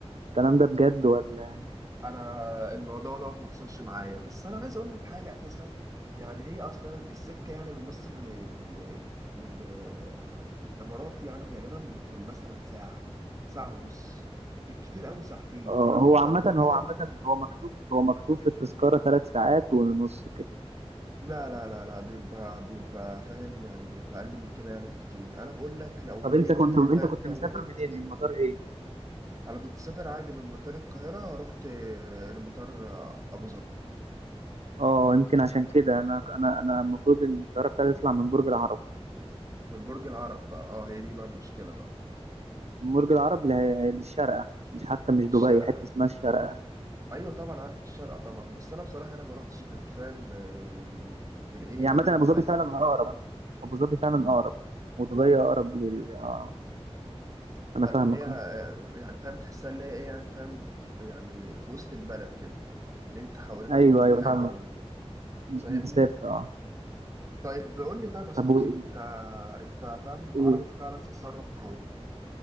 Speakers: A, on the right; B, on the right.
A: الكلام ده بجد ولا
B: انا الموضوع دوت ما حصلش معايا بس انا عايز اقول لك حاجه اساسا يعني هي اصلا السكه يعني من مصر لل للامارات يعني غالبا بتكون مثلا ساعه ساعه ونص بالكتير قوي ساعتين
A: آه،
B: فاللي
A: هو
B: هو
A: عامة
B: كده كده
A: هو عامة هو مكتوب هو مكتوب في التذكرة ثلاث ساعات ونص كده
B: لا لا لا لا بيبقى بيبقى فاهم يعني بيبقى اقل من كده يعني بكتير انا بقول لك لو
A: طب انت
B: هي
A: كنت
B: فاهم
A: انت كنت
B: طولت
A: مسافر منين من مطار ايه
B: انا كنت سافر عادي من مطار القاهره رحت لمطار ابو ظبي
A: اه يمكن عشان كده انا انا انا المفروض ان الطياره بتاعتي تطلع من برج العرب
B: من برج العرب بقى اه هي دي بقى المشكله بقى
A: من برج العرب ل- للشارقه مش حتى مش
B: للشارقة
A: دبي حته اسمها الشارقه
B: أيوة طبعا عارف الشارقة طبعا بس أنا بصراحة أنا ما روحتش غير فاهم آه، غير إيه
A: يعني عامه
B: فاهم دبي
A: ابو ظبي فعلا اقرب ابو ظبي فعلا
B: امم
A: اقرب ودبي اقرب لل اه انا
B: فاللي
A: فاهمك
B: هي آه،
A: اه
B: يعني فاهم تحسها اللي هي إيه يعني فاهم في يعني في وسط البلد كده اللي أنت حوالينك
A: ايوه
B: كل
A: ايوه
B: حاجة
A: فاهمك
B: و...
A: مش
B: فاهمني
A: مسافه اه
B: طيب قول لي طيب يا صاحبي
A: طب و... قول-
B: أنت أنت فاهم
A: قول.
B: عرفت فعلا تتصرف في